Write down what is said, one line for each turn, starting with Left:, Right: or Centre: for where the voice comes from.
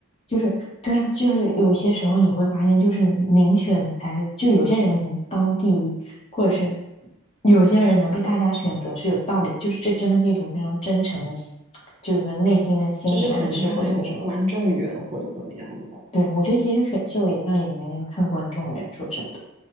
Left: 就是对呀，就是有些时候你会发现，就是民选的才是，就有些人能当第一，或者是有些人能被大家选择是有道理，就是这真的是一种非常真诚的心，就是说内心的心理暗示或者是什么。
Right: 就是可能他很有观众缘或者怎么样的吧。
Left: 对，我觉得其实选秀也像演员一样看观众缘，说真的，